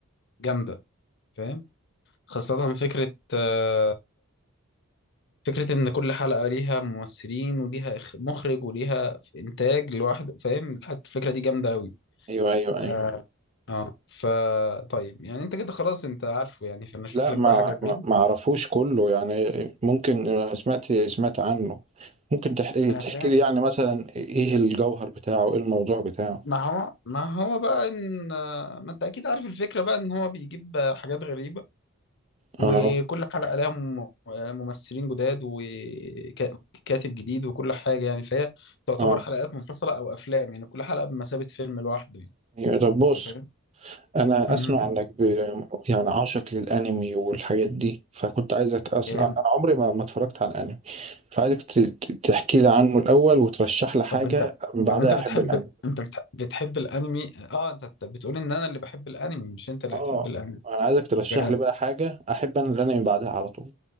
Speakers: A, on the left; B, on the right.
A: جامدة فاهم خاصة فكرة آه، فكرة إن كل حلقة ليها ممثلين وليها إخ- مخرج وليها إنتاج لوحده فاهم حتى الفكرة دي جامدة أوي
B: ايوه ايوه ايوه
A: آه آه فا طيب يعني أنت كده خلاص أنت عارفه يعني فأنا أشوف
B: لا
A: لك
B: ما
A: بقى حاجة
B: ما
A: غير
B: ما اعرفوش كله يعني ممكن أنا سمعت سمعت عنه ممكن تحكي
A: أنا
B: تحكي
A: فاهم
B: لي يعني مثلا ايه الجوهر بتاعه ايه الموضوع بتاعه
A: ما هو ما هو بقى إن آه، ما أنت أكيد عارف الفكرة بقى إن هو بيجيب آه، حاجات غريبة وكل
B: اه
A: حلقة لها مم- ممثلين جداد وكاتب جديد وكل حاجة يعني فهي تعتبر
B: اه
A: حلقات منفصلة أو أفلام يعني كل حلقة بمثابة فيلم لوحده يعني
B: أيوة، طب بص
A: أنت فاهم؟
B: انا
A: مم.
B: اسمع انك ب... يعني عاشق للانمي والحاجات دي فكنت عايزك اصلا
A: جامد
B: انا عمري ما ما اتفرجت على الانمي فعايزك ت... ت- تحكي لي عنه الاول وترشح لي حاجه
A: طب أنت
B: من بعدها
A: طب أنت بتحب
B: احب الانمي
A: أنت بتح... بتحب الأنمي أه أنت أنت بتقول إن أنا اللي بحب الأنمي مش أنت اللي
B: اه
A: بتحب الأنمي
B: انا عايزك ترشح
A: جامد
B: لي بقى حاجه احب انا الانمي بعدها على طول